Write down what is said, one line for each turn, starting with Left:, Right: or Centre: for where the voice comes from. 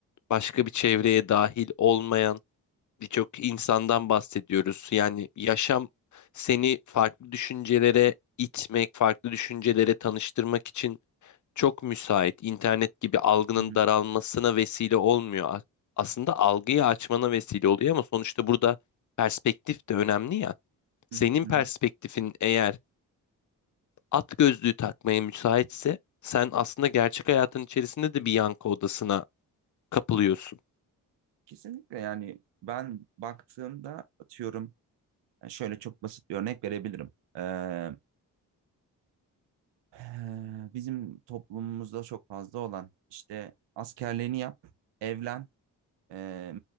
Left: başka bir çevreye dahil olmayan birçok insandan bahsediyoruz. Yani yaşam seni farklı düşüncelere itmek, farklı düşüncelere tanıştırmak için çok müsait. İnternet gibi algının
Right: Hı hı,
Left: daralmasına vesile olmuyor. A- Aslında algıyı açmana vesile oluyor ama sonuçta burada perspektif de önemli ya. Senin
Right: hı hı, hı
Left: perspektifin
Right: hı.
Left: eğer at gözlüğü takmaya müsaitse sen aslında gerçek hayatın içerisinde de bir yankı odasına kapılıyorsun.
Right: Kesinlikle yani ben baktığımda atıyorum yani şöyle çok basit bir örnek verebilirim. Eee, eee, bizim toplumumuzda çok fazla olan işte askerliğini yap, evlen, eee,